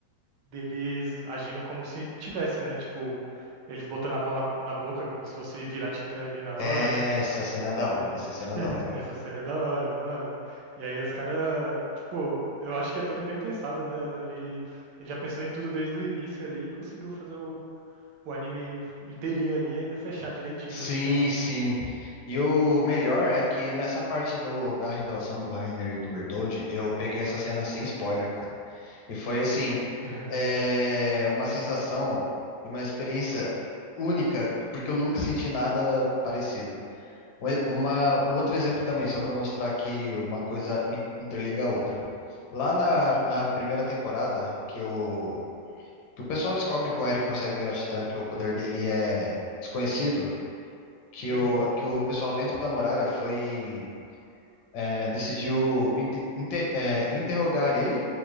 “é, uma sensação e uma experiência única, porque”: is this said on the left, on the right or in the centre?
Left